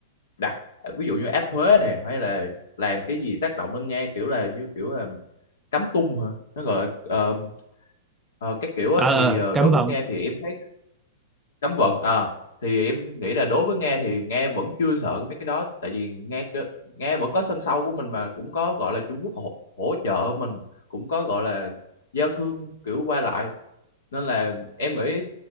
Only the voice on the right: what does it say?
ờ
ờ
cấm
vận